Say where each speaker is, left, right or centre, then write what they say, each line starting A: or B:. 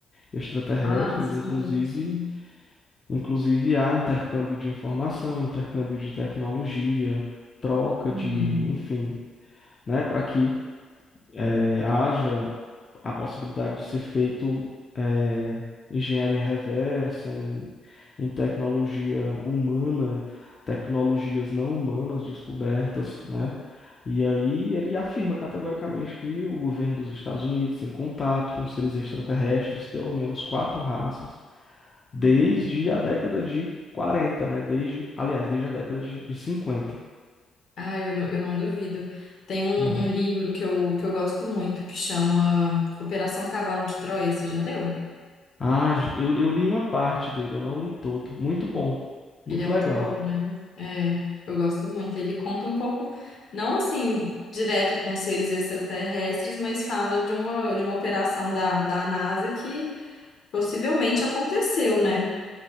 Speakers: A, on the left (about 30°); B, on the left (about 60°).
A: extraterrestres,
B: Ah, sim,
A: inclusive,
B: sim.
A: inclusive há intercâmbio de informação, intercâmbio de tecnologia, troca
B: Uhum.
A: de, enfim, né, para que eh, haja a possibilidade de ser feito eh, engenharia reversa, em, em tecnologia humana, tecnologias não humanas descobertas, né? E aí ele afirma categoricamente que o governo dos Estados Unidos tem contato com seres extraterrestres, pelo menos quatro raças, desde
B: Hum.
A: a década de quarenta né? Desde, aliás, desde a década de, de 50.
B: Ah, eu não, eu não duvido. Tem um,
A: Uhum.
B: um livro que eu, que eu gosto muito que chama Operação Cavalo de Troia. Você já leu?
A: Ah, eu, eu li uma parte dele, eu não li todo. Muito bom,
B: Ele
A: muito
B: é muito
A: legal.
B: bom, né? É, eu gosto muito. Ele conta um pouco, não assim, direto com seres extraterrestres, mas fala de uma, de uma operação da, da NASA que possivelmente aconteceu, né?